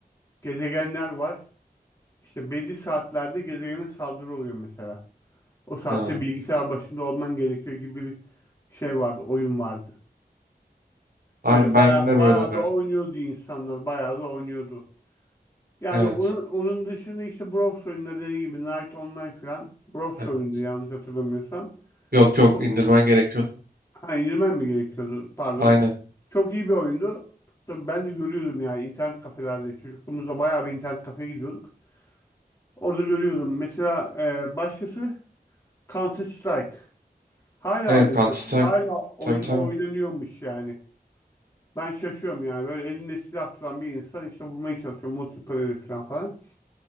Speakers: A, on the left (about 20°); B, on the right (about 65°).
A: Gezegenler var. İşte belli saatlerde gezegene saldırı oluyor mesela. O saatte
B: Ha.
A: bilgisayar başında olman gerekiyor gibi bir şey vardı, oyun vardı.
B: Abi
A: Öyle
B: ben
A: bayağı,
B: de böyle
A: bayağı
B: oynardım.
A: da oynuyordu insanlar, bayağı da oynuyordu. Yani
B: Evet.
A: onun, onun dışında işte Bros oyunları dediği gibi Night Online falan Bros
B: evet.
A: oyundu yanlış hatırlamıyorsam.
B: Yok yok
A: Çok
B: indirmen gerekiyordu.
A: Ha indirmem mi gerekiyordu? Pardon.
B: Aynen.
A: Çok iyi bir oyundu. Tabii ben de görüyordum yani internet kafelerde. Çocukluğumuzda bayağı bir internet kafeye gidiyorduk. Orada görüyordum. Mesela e, başkası Counter Strike. Hala
B: Evet
A: oynanıyor.
B: Counter Strike.
A: Hala oyun
B: Tabii tabii.
A: oynanıyormuş yani. Ben şaşıyorum yani. Böyle elinde silah tutan bir insan işte vurmaya çalışıyor. Multiplayer falan falan.